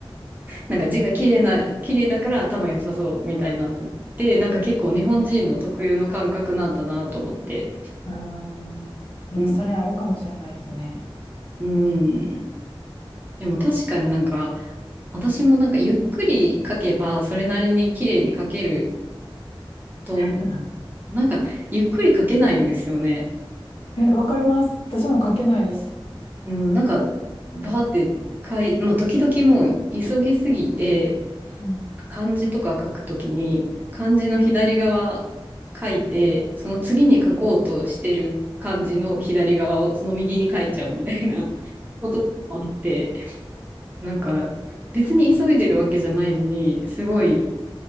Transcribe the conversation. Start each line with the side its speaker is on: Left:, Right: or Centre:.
Right: なんか字が綺麗な、綺麗だから頭良さそうみたいなとって、なんか結構日本人の特有の感覚なんだなと思って。
Left: あーでもそれあるかもしれないですね。
Right: うん。うんでも確かになんか、私もなんかゆっくり書けば、それなりに綺麗に書けると思
Left: <laughs>
Right: う。なんか、ゆっくり書けないんですよね。
Left: え、わかります。私も書けないです。
Right: うん、なんか、バーって書い、まあ、時々もう急ぎすぎて、
Left: うん。
Right: 漢字とか書くときに、漢字の左側書いて、その次に書こうとしてる漢字の左側をその右に書いちゃうみたいな <laughs> こともあって、なんか、別に急いでるわけじゃないのに、すごい